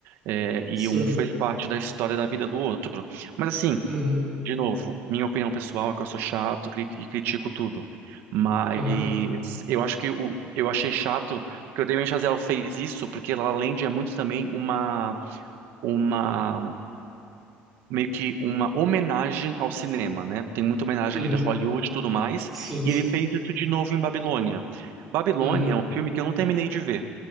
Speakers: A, on the right; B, in the centre.
A: É, e
B: Sim.
A: um fez parte da história da vida do outro. Mas assim,
B: Uhum.
A: de novo, minha opinião pessoal é que eu sou chato cri- e critico tudo. Mas
B: Claro.
A: eu acho que o, eu achei chato que o Damien Chazelle fez isso, porque ela, além de é muito também uma uma meio que uma homenagem ao cinema, né? Tem muita homenagem
B: Uhum.
A: ali de Hollywood e tudo mais,
B: Sim,
A: e
B: sim.
A: ele fez isso de novo em Babilônia. Babilônia
B: Uhum.
A: é um filme que eu não terminei de ver.